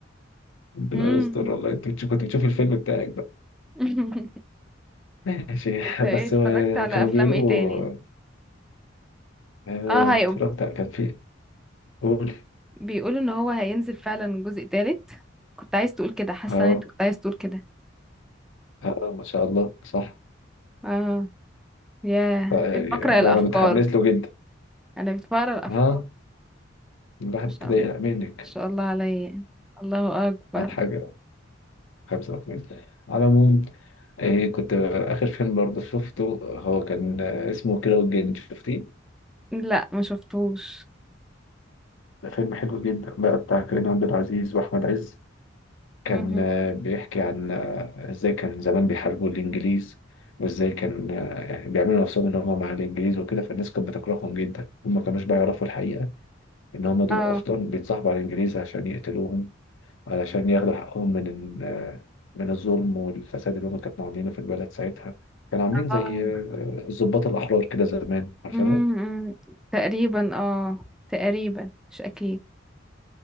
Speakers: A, on the left; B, in the centre.
A: ربنا
B: مم.
A: يستر والله انت بتش- كنت بتشوف الفيلم بتاعك بقى
B: <laughs>
A: ماشي
B: انت ايه
A: بس
B: اتفرجت
A: آه،
B: على
A: كانوا
B: افلام
A: بيقولوا
B: ايه تاني
A: آه،
B: اه هي
A: اتفرجت على- كان فيه قول
B: بيقولوا ان هو هينزل فعلا جزء تالت كنت عايز تقول كده حاسه
A: اه
B: ان انت كنت عايز تقول كده
A: اه ما شاء الله صح
B: اه ياه
A: يعني
B: بقيت بقرأ
A: لا
B: الأفكار
A: انا متحمس له جدا
B: أنا بقيت بقرأ الأفكار
A: ها
B: ما
A: الواحد
B: شاء
A: ابتدى
B: الله
A: يقلق
B: ما
A: منك
B: شاء الله عليا الله
A: <laughs>
B: أكبر
A: على حاجة 35 على العموم إيه كنت آخر فيلم برضه شفته هو كان آه، اسمه كيرة والجن شفتيه؟
B: لا ما شفتوش
A: ده فيلم حلو جدا بقى بتاع كريم عبد العزيز وأحمد عز كان
B: مم.
A: آه، بيحكي عن آه، إزاي كان زمان بيحاربوا الإنجليز وإزاي كان آه، يعني بيعملوا نفسهم إن هم مع الإنجليز وكده فالناس كانت بتكرههم جدا هم ما كانوش بقى يعرفوا الحقيقة إن هم دول
B: اه
A: أصلا بيتصاحبوا على الإنجليز عشان يقتلوهم علشان ياخدوا حقهم من ال- من الظلم والفساد اللي هم كانوا عاملينه في البلد ساعتها كانوا عاملين زي
B: اه
A: آه، الضباط الأحرار كده زمان عارفاهم؟
B: مم، مم. تقريبا اه تقريبا مش أكيد